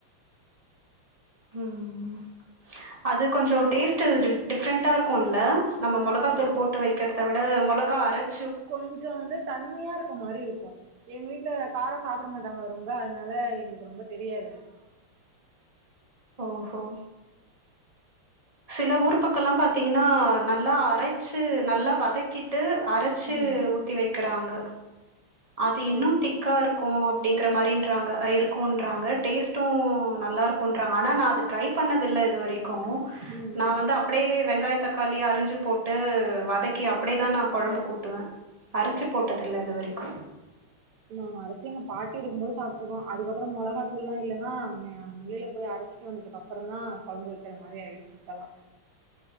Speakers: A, on the right (about 40°); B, on the right (about 80°).
A: ம் ம் அது கொஞ்ச டேஸ்ட்டுடி டிஃப்ரெண்ட்டா இருக்குல்ல நம்ம
B: ஆ
A: மொளகா
B: ஆமா
A: தூள் போட்டு வக்கற்த விட மொளகா அரச்
B: கொஞ்சோ வந்து த அண்ணியா இருக்க மாரி இருக்கு எங் வீட்ல கார சாப்புட மாட்டாங்க ரொம்ப அதுனால எங்ளுக்கு ரொம்ப தெரியாது அது
A: ஒ ஹோ சில ஊர் பக்கல்லா பாத்தீங்கன்னா நல்லா அரைச்சு நல்லா வதக்கிட்டு அரைச் சி
B: ம்
A: ஊத்தி வைக்கிறாங்க அது
B: ம்
A: இன்னு திக் கா இருக்கு அப்டிங்கிற மாரின்றாங்க இருக்குன்றாங்க டேஸ்ட்டு நல்லாருக்குன்றாங்க ஆனா நா அத ட்ரை பண்ணது இல்ல இது வரைக்கு
B: ம்
A: நா
B: ம்
A: வந்து அப்டியே வெங்காயோ தக்காளி அரிஞ்சு போட்டு வதக்கி அப்டியேதா நா கொழம்பு கூட்டுவே அரச்சி போட்டதில்ல இது வரைக்கு
B: நாங்க அரச்சி எங்க பாட்டி இருக்கும் போது சாப்ட்டுருக்கோ அதுக்கப்பறோ மொளகாத்தூள்ல்லா இல்லைன்னா அங்க அம்மில போய் அரச்சி சோ வந்ததுக்கப்பறந்தா கொழம்பு வைக்கிற மாரி ஆய்டுச்சி இப்பல்லா